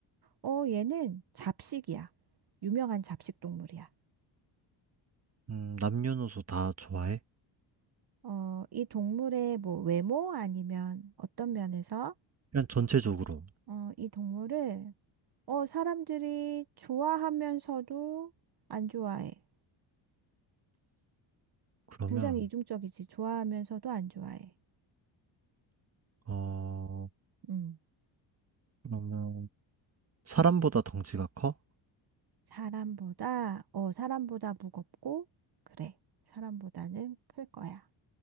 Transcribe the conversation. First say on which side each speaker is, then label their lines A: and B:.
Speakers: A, on the right; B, on the right.
A: 어, 얘는 잡식이야. 유명한 잡식 동물이야.
B: 음, 남녀노소 다 좋아해?
A: 어, 이 동물의 뭐 외모 아니면 어떤 면에서
B: 그냥 전체적으로.
A: 어, 이 동물을 어, 사람들이 좋아하면서도 안 좋아해.
B: 그러면,
A: 굉장히 이중적이지. 좋아하면서도 안 좋아해.
B: 어,
A: 음.
B: 그러면, 사람보다 덩치가 커?
A: 사람보다 어, 사람보다 무겁고 그래. 사람보다는 클 거야.